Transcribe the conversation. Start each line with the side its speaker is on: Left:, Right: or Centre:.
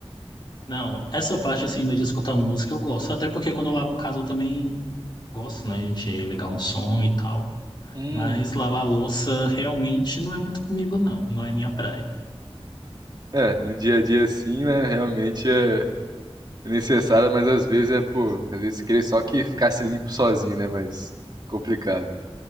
Left: Não, essa parte assim ainda de escutar música eu gosto, até porque quando eu lavo casa eu também gosto, né, de ligar um som e tal.
Right: Hum.
Left: Mas lavar louça realmente não é muito comigo, não, não é minha praia.
Right: É, no dia a dia sim né, realmente é necessário, mas às vezes é, pô, às vezes queria só que ficasse limpo sozinho, né, mas complicado.